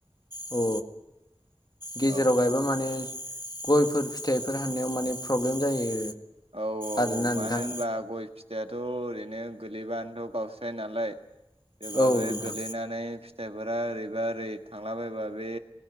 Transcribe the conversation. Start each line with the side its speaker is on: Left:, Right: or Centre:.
Left: अ गेजेराव
Right: औ
Left: गायबा माने गयफोर फिथाइफोर हाननायाव माने प्रब्लेम जायो
Right: औ औ
Left: आरोना
Right: औ मानो
Left: नोंथां
Right: होनब्ला गय फिथ फिथाइआाथ' ओरैनो गोगलैबानोथ' गावस्राय नालाय जेब्ला
Left: औ
Right: बे
Left: नोंथां
Right: गोलैनानै फिथाइफोरा ओरैबा ओरै थांलाबायबा बे